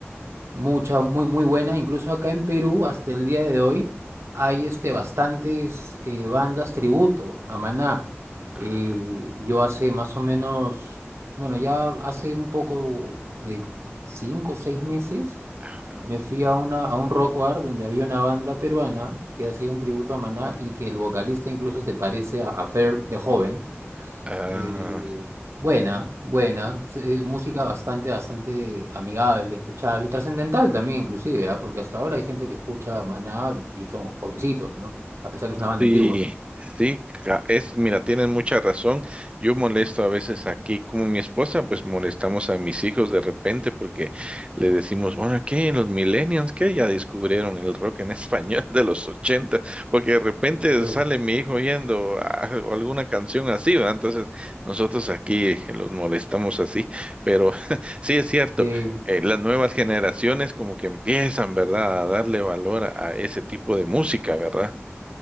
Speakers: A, on the right (about 75°); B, on the right (about 25°).
A: Mucha, muy, muy buena. Incluso acá en Perú, hasta el día de hoy, hay este, bastantes eh, bandas tributo a Maná.
B: Ah,
A: Eh, yo hace más o menos, bueno, ya hace un poco de cinco o seis meses
B: ajá.
A: Me fui a, una, a un rock bar donde había una banda peruana que hacía un tributo a Maná y que el vocalista incluso se parece a, a Fer de joven.
B: Ah,
A: Eh, buena, buena, s- eh, música bastante, bastante amigable, escuchable, trascendental también inclusive, ¿ah? Porque hasta ahora hay gente que escucha Maná y son jovencitos, ¿no? A pesar que es una banda
B: Sí,
A: antigua.
B: sí, ca- es, mira, tienen mucha razón. Yo molesto a veces aquí, como mi esposa, pues molestamos a mis hijos de repente porque le decimos, bueno, ¿qué? Los millennials, ¿qué? Ya descubrieron el rock en <laughs> español de los 80, porque de repente
A: Pues,
B: sale mi hijo oyendo a- alguna canción así, ¿verdad? Entonces nosotros aquí los molestamos así, pero <laughs> sí es cierto.
A: sí.
B: eh, las nuevas generaciones como que empiezan, ¿verdad?, a darle valor a a ese tipo de música, ¿verdad?